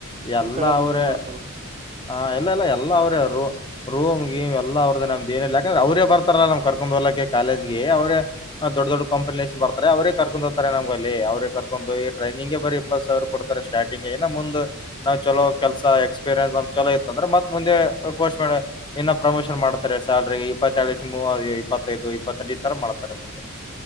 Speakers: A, on the left; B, on the right.
A: ಎಲ್ಲ
B: ಏನ್ ಕಡೆಕ್
A: ಅವರೇ
B: ನೀವ್ ಮಾಡ್ಕೋ
A: ಹ ಎಲ್ಲ ಎಲ್ಲ ಎಲ್ಲ ಅವರೇ ರೂ ರೂಮ್ ಗೀಮ್ ಎಲ್ಲ ಅವ್ ನಮ್ದ್ ಏನ್ ಇಲ್ಲ ಯಾಕಂದ್ರೆ ಅವ್ರೇ ಬರ್ತಲ್ಲ ನಮ್ನ್ ಕರ್ಕೊಂಡ ಹೋಗಾಕ್ಕೆ ಕಾಲೇಜಗೆ ಅವರ ದೊಡ್ ದೊಡ್ ಕಾಂಪಿನೇಷನ್ ಬರ್ತಾರೆ ಅವರ ಕರ್ಕೊಂಡ್ ಹೋಗತಾರೆ ನಮ್ ಅ ಅವರ ಕರ್ಕೊಂಡ ಹೋಗಿ ಟ್ರೈನಿಂಗ್ಗೆ ಬರಿ ಇಪ್ಪತ್ ಸಾವಿರ ಕೊಡ್ತಾರೆ ಸ್ಟಾರ್ಟಿಂಗ್ ಇನ್ ಮೊಂದ್ ನಾವ್ ಚಲೋ ಕೆಲ್ಸ ಎಕ್ಸ್ಪೀರಿಯನ್ಸ್ ಚಲೋ ಇತ್ತಂದ್ರ ಮತ್ ಮುಂದೆ ಪೋಸ್ಟ್ ಮ ಇನ್ನ ಪ್ರಮೋಷನ್ ಮಾಡ್ತಾರೆ. ಸಲ್ರಿ ಇಪ್ಪತ್ತಳ ಮೂವ ಇಪ್ಪತ್ತು ಇದು ಇಪ್ಪತ್ತೆಂಟದು ತರ ಮಾಡ್ತಾರೆ ಮುಂದೆ